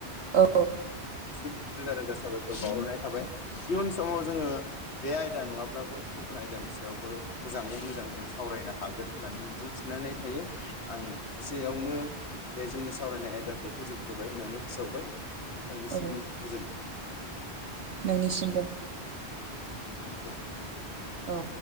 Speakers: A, on the left (about 75°); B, on the right (about 85°).
A: <unintelligible>
B: औ
A: रोजा रोजा साबायखर बावहरनाय थाबाय। इयुन समाव जोङो बे आयदा नङाब्लाबो गुबुन आयदानि सायावबो मोजाङै मोजां जों सावरायनो हागोन होननानै मिजिं थिनानै थायो आं। एसेयावनो बे जोंनि सावरायनाय आयदाखौ फोजोबथ'बाय होननानै फोसावबाय। नोंथांनिसिम
B: औ ओं
A: गोजोन्थों
B: नोंनिसिमबो
A: दे।
B: औ